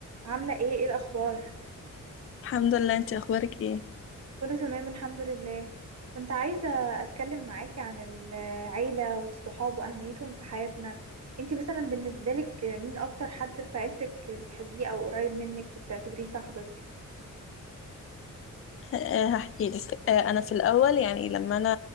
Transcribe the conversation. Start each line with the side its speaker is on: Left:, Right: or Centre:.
Right: عاملة ايه ايه الأخبار؟
Left: الحمد لله انت اخبارك ايه
Right: كله تمام الحمد لله كنت عايزة أتكلم معاكي عن العيلة والصحاب وأهميتهم في حياتنا انتي مثلا بالنسبة لك مين أكتر حد في عيلتك بتحبيه أو قريب منك وبتعتبريه صاحبك؟
Left: آه، هحكي لك آه، انا في الاول يعني لما انا